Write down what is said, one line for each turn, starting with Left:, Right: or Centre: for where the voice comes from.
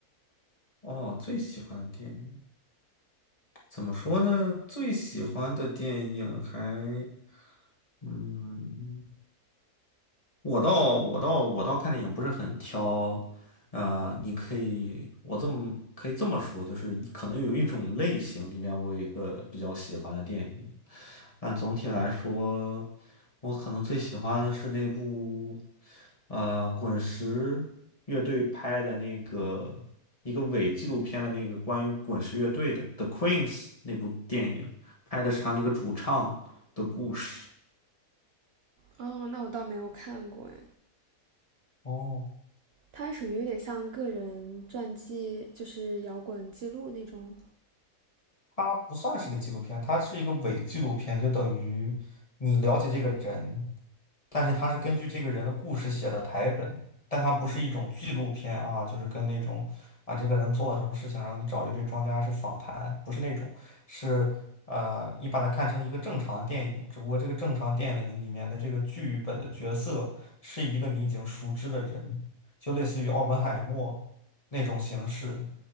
Left: 哦，最喜欢的电影怎么说呢？最喜欢的电影还嗯。我倒我倒我倒看电影不是很挑，呃，你可以我这么可以这么说，就是可能有一种类型里面我有一个比较喜欢的电影，但总体来说，我可能最喜欢的是那部，呃，滚石乐队拍的那个一个伪纪录片的那个关于滚石乐队的《The Queens》那部电影，拍的是他那个主唱的故事。
Right: 哦，那我倒没有看过哎。
Left: 哦。
Right: 它属于有点像个人传记，就是摇滚记录那种。
Left: 它不算是个纪录片，它是一个伪纪录片，就等于你了解这个人，但是它是根据这个人的故事写的台本，但它不是一种纪录片啊，就是跟那种啊这个人做了什么事情，然后你找一堆专家是访谈，不是那种，是呃你把它看成一个正常的电影，只不过这个正常电影里面的这个剧本的角色是一个你已经熟知的人，就类似于奥本海默那种形式。